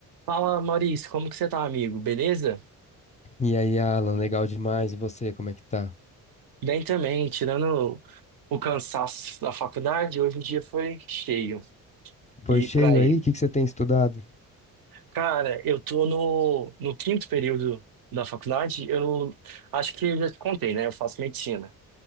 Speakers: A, on the right (about 50°); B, on the left (about 15°).
A: Fala, Maurício, como que você tá, amigo? Beleza?
B: E aí, Alan, legal demais. E você, como é que tá?
A: Bem também, tirando o, o cansaço da faculdade, hoje o dia foi cheio.
B: Pois
A: E
B: cheio
A: por aí.
B: aí, o que que você tem estudado?
A: Cara, eu tô no, no quinto período da faculdade, eu acho que eu já te contei, né? Eu faço medicina.